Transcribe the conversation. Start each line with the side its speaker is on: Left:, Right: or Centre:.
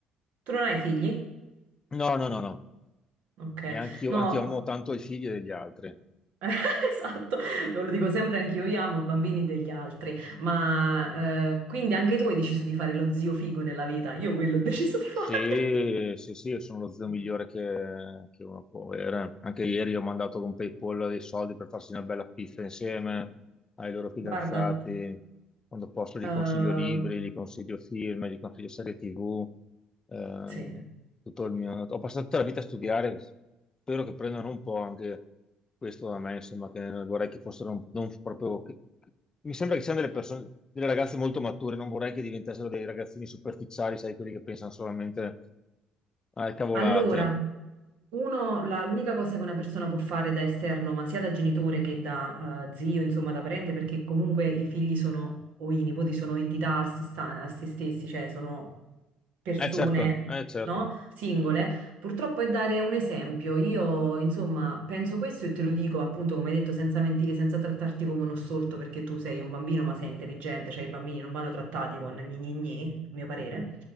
Right: Tu non hai figli?
Left: No, no, no, no.
Right: Ok,
Left: E anch'io
Right: no.
Left: anch'io amo tanto i figli degli altri.
Right: <laughs> Esatto, lo dico sempre anch'io, io amo i bambini degli altri, ma eh, quindi anche tu hai deciso di fare lo zio figo nella vita, io quello ho deciso di fare.
Left: Sì, sì, sì, sono lo zio
Right: <laughs>
Left: migliore che, che uno può avere. Anche ieri ho mandato con PayPal dei soldi per farsi una bella pizza insieme ai loro fidanzati.
Right: Guarda,
Left: Quando posso gli
Right: ehm,
Left: consiglio libri, gli consiglio film, gli consiglio serie TV. eh,
Right: sì.
Left: tutto il mio... Ho passato tutta la vita a studiare, spero che prendano un po' anche questo da me, insomma, che vorrei che fossero non proprio... Mi sembra che siano delle persone, delle ragazze molto mature, non vorrei che diventassero dei ragazzini superficiali, sai, quelli che pensano solamente alle cavolate.
Right: Allora, uno, la- l'unica cosa che una persona può fare da esterno, ma sia da genitore che da eh, zio, insomma da parente, perché comunque i figli sono, o i nipoti sono entità a se sta- a se stessi, cioè sono persone,
Left: Eh certo, eh certo,
Right: no? Singole, purtroppo è dare un esempio. Io, insomma, penso questo e te lo dico appunto, come hai detto, senza mentire, senza trattarti come uno stolto, perché tu sei un bambino, ma sei intelligente, cioè i bambini non vanno trattati con gni gni gni, a mio parere.